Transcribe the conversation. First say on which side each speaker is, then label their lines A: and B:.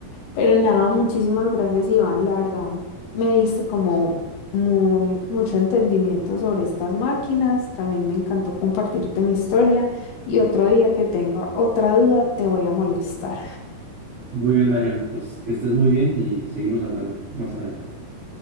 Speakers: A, on the left; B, on the right.
A: Pero nada, muchísimas gracias, Iván. La verdad, me diste como muy, mucho entendimiento sobre estas máquinas. También me encantó compartirte mi historia. Y otro día que tenga otra duda, te voy a molestar.
B: Muy bien, Mariana, pues que estés muy bien y seguimos hablando más adelante.